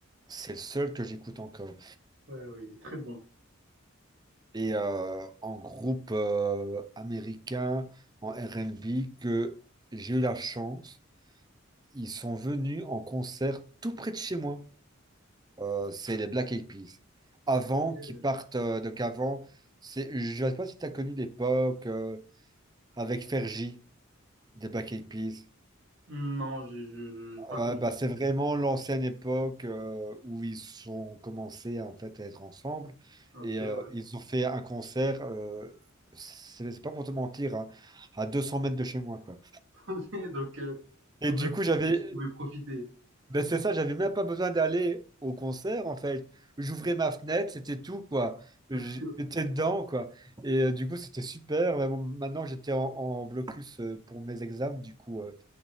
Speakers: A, on the right; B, on the right.
A: c'est le seul que j'écoute encore.
B: ouais, ouais, il est très bon.
A: Et euh, en groupe euh, américain, en R&B, que j'ai eu la chance, ils sont venus en concert tout près de chez moi. Euh, c'est les Black Eyed Peas. Avant
B: OK.
A: qu'ils partent, euh, donc avant, c'est, je ne sais pas si tu as connu l'époque euh, avec Fergie des Black Eyed Peas.
B: Hmm, Non, j'ai je- je- j'ai pas connu.
A: Euh, bah, c'est vraiment l'ancienne époque euh, où ils ont commencé en fait à être ensemble
B: OK,
A: et euh,
B: ouais.
A: ils ont fait un concert. euh, c'est c'est pas pour te mentir, hein, à 200 mètres de chez moi, quoi.
B: <laughs> Donc, euh, t'ouvrais
A: Et du
B: la
A: coup, j'avais
B: fenêtre et tu pouvais profiter.
A: ben c'est ça, j'avais même pas besoin d'aller au concert en fait. J'ouvrais ma fenêtre, c'était tout quoi.
B: <laughs>
A: J'étais dedans quoi. Et euh, du coup, c'était super. Mais bon, maintenant, j'étais en, en blocus euh, pour mes examens. Du coup, euh,